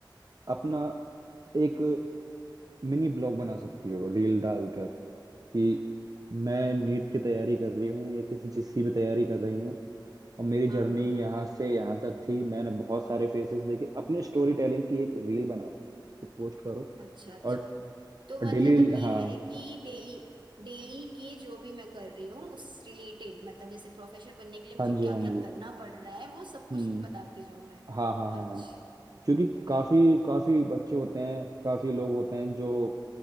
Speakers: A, on the right (about 50°); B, on the right (about 70°).
A: अपना एक मिनी ब्लॉग बना सकती हो रील डालकर कि मैं नीट की तैयारी कर रही हूँ या किसी चीज़ की भी तैयारी कर रही हूँ और मेरी
B: हाँ
A: जर्नी
B: हाँ हाँ,
A: यहाँ से यहाँ तक थी मैंने बहुत सारे फेसेस देखे अपने स्टोरी टेलिंग की एक रील बनाओ उसको पोस्ट करो
B: अच्छा अच्छा
A: और
B: तो मतलब
A: डेली हाँ
B: ये है कि डेली डेली के जो भी मैं कर रही हूँ उस रिलेटेड मतलब जैसे प्रोफेसर बनने के लिए मुझे
A: हाँ जी
B: क्या
A: हाँ
B: क्या
A: जी
B: करना पड़ रहा है वो सब कुछ
A: हम्म
B: बताते जाऊँ मैं
A: हाँ हाँ
B: अच्छा
A: हाँ क्योंकि
B: Okay
A: काफी
B: okay
A: काफी बच्चे होते हैं काफी लोग होते हैं जो